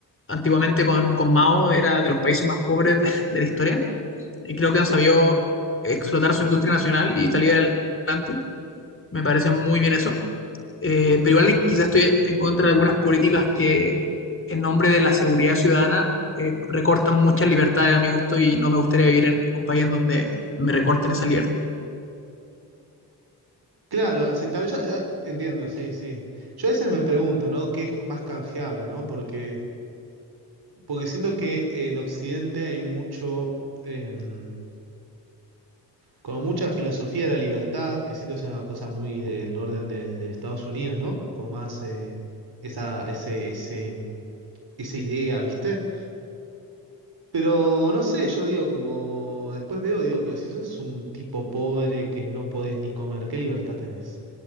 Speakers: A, on the left; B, on the right.
A: antiguamente con, con Mao era de los países más pobres de, de la historia y creo que han sabido explotar su industria nacional y salir adelante. Me parece muy bien eso. Eh, pero igual quizás estoy en contra de algunas políticas que en nombre de la seguridad ciudadana eh, recortan muchas libertades a mi gusto y no me gustaría vivir en, en un país en donde me recorten esa libertad.
B: Claro, sí, también yo- ah, entiendo, sí, sí. Yo a veces me pregunto, ¿no? ¿Qué es más canjeable, ¿no? Porque, porque siento que en Occidente hay mucho, em, como mucha filosofía de la libertad, que siento que es una cosa muy del orden de, de Estados Unidos, ¿no? Como más eh, esa, ese, ese, mm, esa idea, ¿viste? Pero no sé, yo digo, como después veo, digo, pero si sos un tipo pobre que no podés ni comer, ¿qué libertad tenés?